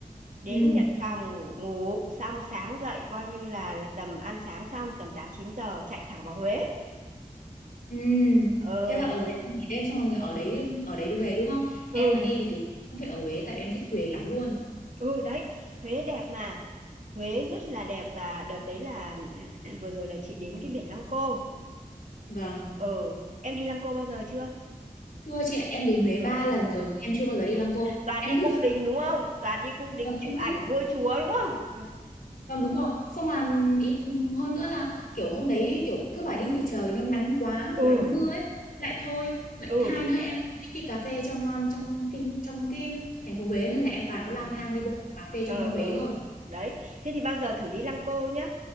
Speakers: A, on the right; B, on the left.
A: đến
B: Ừ.
A: nhận phòng ngủ ngủ xong sáng dậy coi như là, là tầm ăn sáng xong tầm 8 9 giờ chạy thẳng vào Huế
B: Ừ.
A: ừ
B: Thế là ở Huế em nghỉ đêm xong là nghỉ ở đấy ở đấy đi Huế đúng không? Em
A: ừ
B: mà đi thì kiểu cũng phải ở Huế tại vì em thích Huế lắm luôn.
A: ừ đấy Huế đẹp mà Huế rất là đẹp và đợt đấy là <clears throat> vừa rồi là chị đến cái biển Lăng Cô
B: Vâng.
A: ừ em đi Lăng Cô bao giờ chưa
B: Chưa chị ạ, em đến Huế
A: Ừ.
B: ba lần rồi em chưa bao giờ đi Lăng Cô.
A: Toàn
B: Em
A: đi
B: cứ
A: cung đình đúng không? Toàn đi cung đình
B: vâng
A: chụp
B: em
A: ảnh
B: cứ
A: vua chúa đúng không?
B: Vâng đúng rồi Xong là ý em hơn nữa là kiểu hôm đấy kiểu cứ bảo đi thì trời nó nắng quá hoặc
A: ừ
B: là nó mưa ấy lại thôi vậy
A: ừ
B: hai nữa em thích đi cà phê trong um, trong kinh trong cái thành phố Huế nên là em toàn
A: ừ
B: có lang thang đi bộ cà phê trong
A: ờ
B: Huế
A: ờ
B: rồi
A: đấy thế thì bao giờ thử đi Lăng Cô nhá